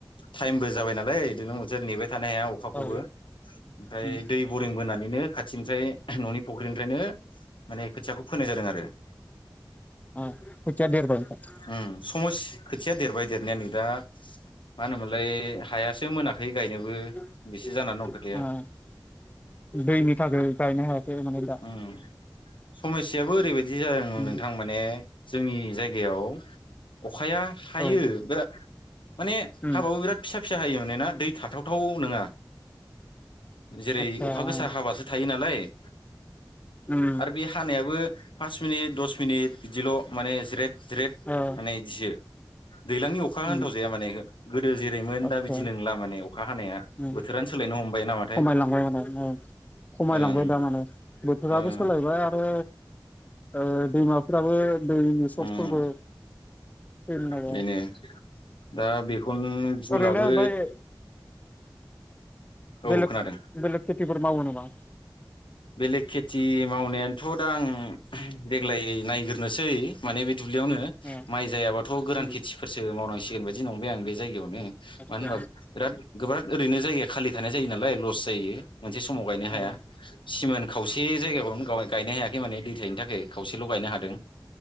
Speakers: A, on the left (about 85°); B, on the left (about 20°).
A: टाइमबो जा जाबाय नालाय बिदिनो मोनसे थानो हाया अखाखौबो
B: औ
A: ओमफ्राय
B: उम
A: दै बरिं बोनानै बेनो खाथिनिफ्राय न'नि फख्रिनिफ्रायनो माने खोथियाखौ फोनाय जादों आरो
B: ओ खोथिया देरबाय ओ
A: <unintelligible> देरबाय देरनाया नै दा मा होनोमोनलाय हायासो मोनाखै
B: <inaudible>
A: गायनोबो बेसो जानानै दं खोथाया
B: दैनि थाखाय गायनो हायाखै माने दा
A: ओम समस्याआबो ओरैबायदि बिदि जादों
B: उम
A: नोंथां माने जोंनि जायगायाव अखाया हायो
B: औ
A: बेरा माने
B: उम
A: हाबाबो बिराद फिसा फिसा हायो माने ना दै थाथावथाव नङा जेरै
B: आतसा
A: अखा
B: ओ
A: गोसा हाबासो थायो नालाय <inaudible>
B: उम
A: आरो बे हानायाबो पास मिनिट दस मिनिट बिदिल' माने ज्रेद ज्रेद
B: ओ
A: माने इदिसो दैज्लांनि अखा
B: उम
A: होनथावजाया माने इखो गोदो जेरैमोन
B: आदसा
A: दा बिदि नंला माने अखा हानाया
B: उम
A: बोथोरानो सोलायनो हमबाय नामाथाय
B: खमायलांबाय माने औ खमायलांबाय
A: ओं
B: दा माने बोथोराबो
A: ओं
B: सोलायबाय आरो ओ दैमाफोराबो दैनि सतफोरबो
A: ओं
B: फेलनाया
A: बेनो दा बेखौनो भुलाबो
B: ओरैनो ओमफ्राय
A: औ
B: बेलेक
A: खोनादों
B: बेलेग खेथिफोर मावो नामा बा
A: बेलेग खेथि मावनायानोथ' दा आं देग्लाय नायग्रनोसै माने बिदि दुब्लियावनो
B: ओ
A: माइ जायाबाथ' गोरान
B: उम
A: खेथिफोरसो मावनांसिगोन बायदि नंबाय आं बे जायगायावनो
B: आतसा
A: मानो होनबा बिराद गोबां ओरैनो जायो आरो खालि थानाय जायो नालाय लस जायो। मोनसे समाव गायनो
B: औ
A: हाया।
B: औ
A: सिमोन खावसे जायगाायावनो गाव गायनो हायाखै माने दैथायनि थाखाय खावसेल' गायनो हादों।